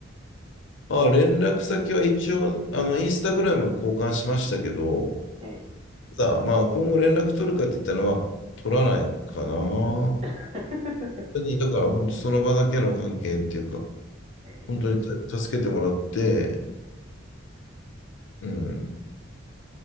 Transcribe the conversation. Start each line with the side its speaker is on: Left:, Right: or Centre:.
Left: あ、連絡先は一応、あの、インスタグラム交換しましたけど、
Right: ええ。
Left: ただ、まあ、今後連絡取るかって言ったら、まあ、取らないかな。本
Right: <laughs>
Left: 当に、だから本当その場だけの関係っていうか、
Right: ええ。
Left: 本当にた助けてもらって、うん。